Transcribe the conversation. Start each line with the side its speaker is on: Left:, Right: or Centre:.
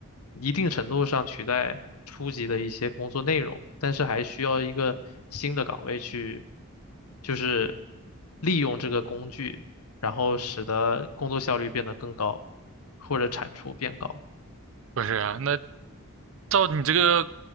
Left: 一定程度上取代初级的一些工作内容，但是还需要一个新的岗位去，就是利用这个工具，然后使得工作效率变得更高，或者产出变高。
Right: 不是啊，那照你这个